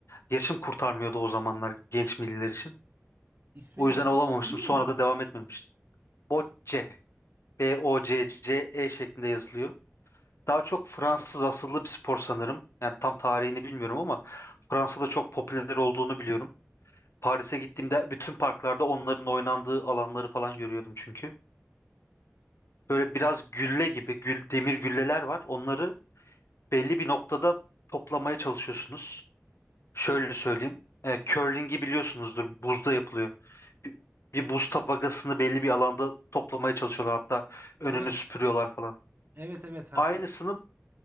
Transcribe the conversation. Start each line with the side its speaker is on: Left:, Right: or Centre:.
Left: yaşım kurtarmıyordu o zamanlar genç milliler için.
Right: İsmini
Left: O yüzden
Right: bir
Left: olamamıştım.
Right: diyebilir
Left: Sonra
Right: misin?
Left: da devam etmemiştim. Bocce. B-O-C-C-E şeklinde yazılıyor. Daha çok Fransız asıllı bir spor sanırım. Yani tam tarihini bilmiyorum ama Fransa'da çok popüler olduğunu biliyorum. Paris'e gittiğimde bütün parklarda onların oynandığı alanları falan görüyordum çünkü. Böyle biraz gülle gibi gül, demir gülleler var. Onları belli bir noktada toplamaya çalışıyorsunuz. Şöyle söyleyeyim. E, curling'i biliyorsunuzdur. Buzda yapılıyor. Bir, bir buz tabakasını belli bir alanda toplamaya çalışıyorlar. Hatta önünü
Right: Evet.
Left: süpürüyorlar falan.
Right: Evet evet. Hatta
Left: Aynısının